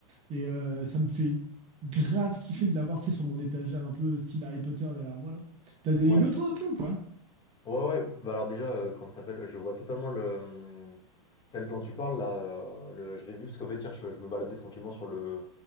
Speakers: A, on the right; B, on the left.
A: et euh, ça me fait grave kiffer de l'avoir, tu sais, sur mon étagère un peu style Harry Potter derrière moi, là. T'as des
B: Ouais.
A: Lego toi un peu ou pas?
B: Ouais, ouais. Bah alors déjà, euh, comment ça s'appelle? Je vois totalement le hum, celle dont tu parles là. euh, le, je l'ai vu parce qu'en fait hier, je, je me baladais tranquillement sur le